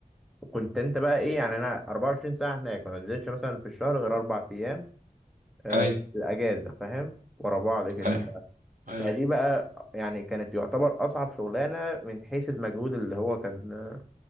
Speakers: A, in the centre; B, on the right (about 65°).
A: كنت انت بقى ايه يعني انا 24 ساعه هناك ما بنزلش مثلا في الشهر غير اربع ايام آه،
B: اي
A: الاجازه فاهم ورا بعض كده
B: اي اي
A: فدي بقى يعني كانت يعتبر اصعب شغلانه من حيث المجهود اللي هو كان آه،